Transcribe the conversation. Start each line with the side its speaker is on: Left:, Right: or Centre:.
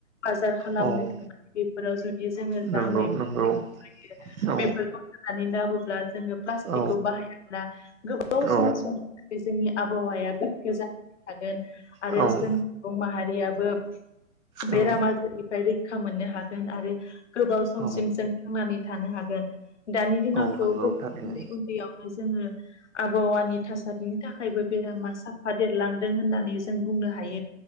Left: बाजार खालामनो
Right: औ
Left: <unintelligible> बेफोराव जु बि जोङो
Right: नंगौ
Left: दा
Right: नंगौ
Left: <unintelligible>
Right: औ
Left: बेफोरखौ होनानै लाबोब्ला जोङो प्लास्टिकखौ
Right: औ
Left: बाहायोब्ला गोबाव
Right: औ
Left: समसिमनि जोंनि आबहावाया गोग्गो जानानै थागोन। आरो
Right: औ
Left: जों सुबुं माहारियाबो
Right: औ
Left: बेराम आजारनिफ्राय रैखा खा मोननो हागोन आरो गोबाव समसिम
Right: औ
Left: जों थांनानै थानो हागोन।। दानि दिनावथ'
Right: औ
Left: जोङो
Right: नंगौ थारैनो
Left: आबहावानि थासारिनि थाखायबो बेरामा साफा देरलांदों होननानै जों बुंनो हायो